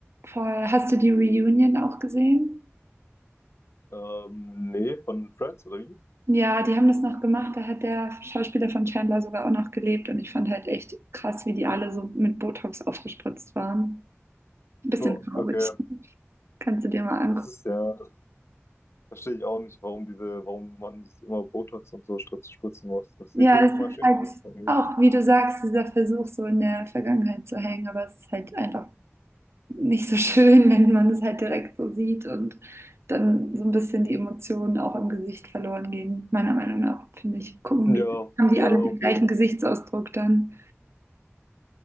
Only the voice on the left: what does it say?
Ähm, nee, von Friends oder wie?
Ja,
okay.
Das ist ja, das verstehe ich auch nicht, warum diese, warum man sich immer Botox und so stritz- spritzen muss. Das
sieht ja nicht
mal schön
aus. eigentlich.
Ja,
ja,
auf
jeden
Fall.